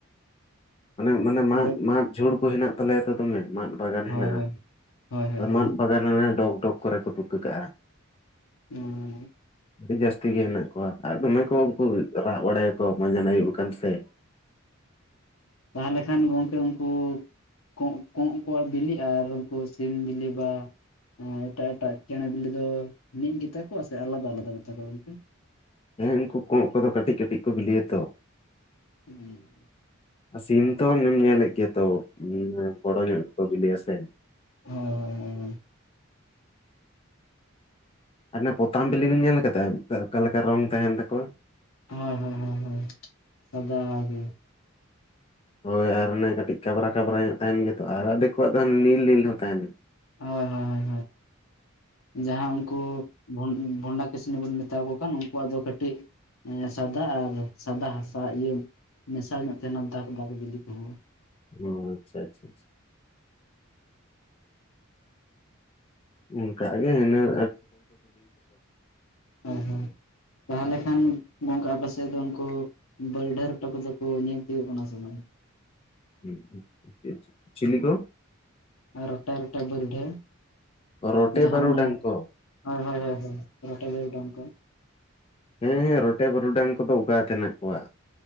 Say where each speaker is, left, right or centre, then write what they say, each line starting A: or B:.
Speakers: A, on the left; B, on the left.
A: ᱢᱟᱱᱮ ᱢᱟᱱᱮ ᱢᱟᱫ
B: ᱵᱟᱹᱴ
A: ᱢᱟᱫ ᱡᱷᱩᱲ ᱠᱚ ᱦᱮᱱᱟᱜ ᱛᱟᱞᱮᱭᱟ ᱛᱚ ᱫᱚᱢᱮ ᱢᱟᱫ ᱵᱟᱜᱟᱱ
B: ᱦᱳᱭ
A: ᱦᱮᱱᱟᱜᱼᱟ
B: ᱦᱳᱭ ᱦᱳᱭ ᱦᱳᱭ
A: ᱟᱫᱚ
B: ᱦᱳᱭ
A: ᱢᱟᱫ ᱵᱟᱜᱟᱱ ᱦᱟᱱᱮ ᱰᱚᱜᱽ ᱰᱚᱜᱽ ᱠᱚᱨᱮ ᱠᱚ ᱛᱩᱠᱟᱹ ᱠᱟᱜᱼᱟ ᱾
B: ᱦᱩᱸ
A: ᱟᱹᱰᱤ ᱡᱟᱹᱥᱛᱤ ᱜᱮ ᱦᱮᱱᱟᱜ ᱠᱚᱣᱟ ᱟᱨ ᱫᱚᱢᱮ ᱠᱚ ᱩᱱᱠᱩ ᱨᱟᱜ ᱵᱟᱲᱟᱭᱟᱠᱚ ᱢᱟᱡᱟᱱ ᱟᱭᱩᱵ ᱠᱟᱱ ᱥᱮ,
B: ᱛᱟᱦᱟ ᱞᱮᱠᱷᱟᱱ ᱜᱚᱝᱠᱮ ᱩᱝᱠᱩ ᱠᱚᱸᱜ ᱠᱚᱸᱜ ᱠᱚᱣᱟᱜ ᱵᱤᱞᱤᱜ-ᱟ, ᱟᱨ ᱩᱝᱠᱩ ᱥᱤᱢ ᱵᱤᱞᱤ ᱵᱟ ᱚ ᱮᱴᱟᱜ ᱮᱴᱟᱜ ᱪᱮᱬᱮ ᱵᱤᱞᱤ ᱫᱚ ᱢᱤᱫ ᱜᱮᱛᱟᱠᱚᱣᱟ, ᱥᱮ ᱟᱞᱟᱫᱟ ᱟᱞᱟᱫᱟ ᱜᱮᱛᱟᱠᱚᱣᱟ ᱜᱚᱝᱠᱮ᱾
A: ᱡᱟᱭᱦᱳᱜ ᱩᱱᱠᱩ ᱠᱚᱜ ᱠᱚᱫᱚ ᱠᱟᱹᱴᱤᱡ ᱠᱟᱹᱴᱤᱡ ᱠᱚ ᱵᱤᱞᱤᱭᱟᱛᱚ,
B: ᱦᱩᱸᱜ-ᱩ᱾
A: ᱥᱤᱢ ᱛᱚ ᱚᱱᱮᱢ ᱧᱮᱞᱮᱫ ᱜᱮᱭᱟ ᱛᱚ ᱵᱚᱲᱚ ᱧᱚᱜ ᱜᱮᱠᱚ ᱵᱤᱞᱤᱭᱟ ᱥᱮ᱾
B: ᱦᱚᱭ ᱦᱚᱭ ᱦᱮ
A: ᱟᱨ ᱚᱱᱟ ᱯᱚᱛᱟᱢ ᱵᱤᱞᱤ ᱵᱮᱱ ᱧᱮᱞ ᱠᱟᱫᱟ? ᱚᱠᱟ ᱚᱠᱟᱞᱮᱠᱟ ᱨᱚᱝ ᱛᱟᱦᱮᱱ ᱛᱟᱠᱚᱣᱟ᱾
B: ᱦᱳᱭ ᱦᱳᱭ ᱦᱳᱭ ᱦᱳᱭ ᱥᱟᱫᱟ ᱜᱤ᱾
A: ᱦᱳᱭ ᱟᱨ ᱚᱱᱮ ᱠᱟᱹᱴᱤᱡ ᱠᱟᱵᱽᱨᱟ ᱠᱟᱵᱨᱟ ᱧᱚᱜ ᱛᱟᱦᱮᱱ ᱜᱮᱛᱚ ᱟᱨ ᱟᱫᱤᱠ ᱠᱣᱟᱜ ᱫᱚ ᱱᱤᱞ ᱱᱤᱞ ᱦᱚᱸ ᱛᱟᱦᱮᱱᱟ᱾
B: ᱦᱳᱭ ᱦᱳᱭ ᱦᱳᱭ ᱦᱭᱳ ᱡᱟᱦᱟᱸ ᱩᱱᱠᱩ ᱵᱚᱱ ᱵᱷᱚᱱᱰᱟ ᱠᱤᱥᱱᱤ ᱵᱚᱱ ᱢᱮᱛᱟᱣ ᱠᱚ ᱠᱟᱱ ᱩᱱᱠᱩᱣᱟᱜ ᱫᱚ ᱠᱟᱹᱴᱤᱜ ᱥᱟᱫᱟ ᱟᱨ ᱥᱟᱫᱟ ᱦᱟᱥᱟ ᱤᱭᱟᱹ ᱢᱮᱥᱟᱞ ᱧᱚᱜ ᱛᱟᱦᱮᱱᱟ ᱫᱟᱜᱽ ᱫᱟᱜᱽ ᱵᱤᱞᱤ ᱠᱚᱦᱚᱸ᱾
A: ᱳ ᱟᱪᱪᱷᱟ ᱟᱪᱪᱷᱟ ᱟᱪᱪᱷᱟ ᱚᱝᱠᱟ ᱜᱮ ᱦᱤᱱᱟᱼᱟ
B: ᱦᱮᱸ ᱦᱮᱸ ᱛᱟᱦᱞᱮ ᱠᱷᱟᱱ ᱜᱚᱝᱠ ᱟᱯᱮᱥᱮᱫ ᱫᱚ ᱩᱱᱠᱩ ᱫᱟᱹᱣᱰᱟᱹ ᱨᱚᱴᱮ ᱠᱚᱫᱚ ᱠᱚ ᱧᱮᱞ ᱛᱤᱭᱳ ᱵᱚᱱᱟ ᱥᱮ ᱵᱟᱝ?
A: ᱦᱩᱸ ᱪᱮᱫ ᱪᱤᱞᱤ ᱠᱚ?
B: ᱟᱨ ᱨᱚᱴᱮ ᱨᱚᱴᱮ ᱵᱟᱹᱨᱰᱷᱳ
A: ᱨᱚᱴᱮ
B: ᱡᱟᱦᱟᱸ
A: ᱵᱟᱹᱨᱩᱰᱟᱝ
B: ᱚᱱᱮ
A: ᱠᱚ
B: ᱦᱳᱭ ᱦᱳᱭ ᱦᱳᱭ ᱦᱳᱭ, ᱨᱚᱴᱮ ᱵᱟᱹᱨᱩᱜᱰᱟᱝ ᱠᱚ᱾
A: ᱦᱮᱸ ᱦᱮᱸ ᱨᱚᱴᱮ ᱵᱟᱹᱨᱩᱰᱟᱝ ᱠᱚᱫᱚ ᱚᱜᱟᱛ ᱦᱮᱱᱟᱜ ᱠᱚᱣᱟ